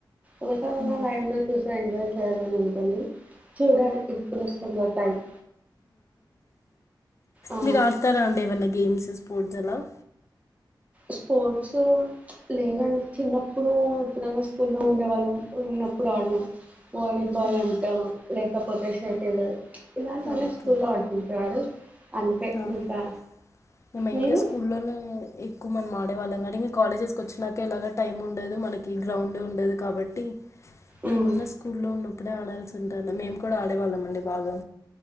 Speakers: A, on the right; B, on the left.
A: ఓకసారన్న
B: ఉమ్,
A: లైవ్ లో చూసి ఎంజాయ్ చె సాలరీ ఎంతండి చూడ్డానికి ఎప్పుడువస్తుందో త్యాంక్ ఆ
B: మీరుఆడుతారా అండి ఏమన్నా గేమ్ <inaudible>
A: స్పోర్ట్స్ లేనండి చిన్నప్పుడు ఎప్పుడైనా స్కూల్ లో ఉండేవాళ్ళం ఉన్నప్పుడు ఆడలేం వాలీబాల్
B: ఉమ్,
A: అంటా లేకపోతే షటిల్ <unintelligible>
B: ఓకే
A: స్కూల్లో ఆడుతుంటారు అంతే
B: ఆ
A: ఇంకా
B: మెయిన్గా
A: మీరు
B: స్కూల్లోనే ఎక్కువ మనం ఆడేవాళ్ళం కానీ ఇంకా కాలేజెస్కి వచ్చినాకేలాగ టైం ఉండదు మనకి గ్రౌండ్ ఉండదు కాబట్టి,
A: ఉమ్,
B: ఏమున్నా స్కూ లో ఉన్నప్పు అప్పుడే ఆడాల్సి ఉంటు మేము కూడా ఆడేవాళ్ళం అండి బాగా